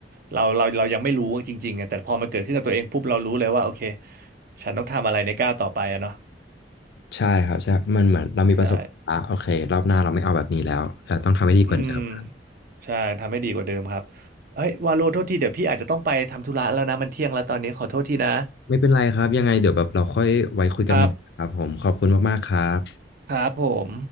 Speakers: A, on the right; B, on the left.
A: เราเราเรายังไม่รู้จริงๆไงแต่พอมันเกิดขึ้นกับตัวเองปุ๊บเรารู้เลยว่าโอเคฉันต้องทำอะไรในก้าวต่อไปอะเนาะ
B: ใช่ครับใช่มันเหมือนเรามีประสบการณ์ละโอเครอบหน้าเราไม่เอาแบบนี้แล้วเราต้องทำให้ดีกว่าเดิม
A: ใช่ อืมใช่ทำให้ดีกว่าเดิมครับเฮ้ยวาโลโทษทีเดี๋ยวพี่อาจจะต้องไปทำธุระแล้วนะมันเที่ยงแล้วตอนนี้ขอโทษทีนะ
B: ไม่เป็นไรครับยังไงเดี๋ยวแบบเราค่อยไว้คุยกันใหม่ครับผมขอบคุณมากๆครับ
A: ครับครับผม